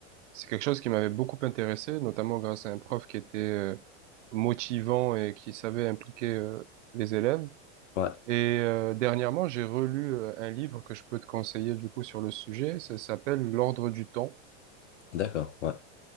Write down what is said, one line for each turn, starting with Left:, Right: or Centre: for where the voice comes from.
Right: c'est quelque chose qui m'avait beaucoup intéressé, notamment grâce à un prof qui était euh, motivant et qui savait impliquer euh, les élèves.
Left: ouais,
Right: Et euh, dernièrement, j'ai relu euh, un livre que je peux te conseiller du coup sur le sujet. Ça s'appelle L'Ordre du Temps.
Left: d'accord, ouais.